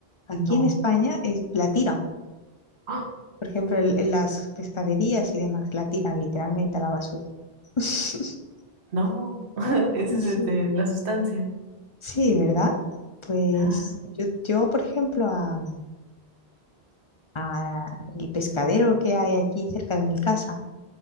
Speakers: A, on the left; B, on the right.
A: Aquí
B: No.
A: en España es, la tiran.
B: Ah.
A: Por ejemplo, en en las pescaderías y demás, la tiran literalmente a la basura. <laughs>
B: No, <laughs> ese es este,
A: Sí,
B: la sustancia.
A: Sí, ¿verdad? Pues
B: Claro.
A: yo, yo por ejemplo, a, a el pescadero que hay aquí cerca de mi casa,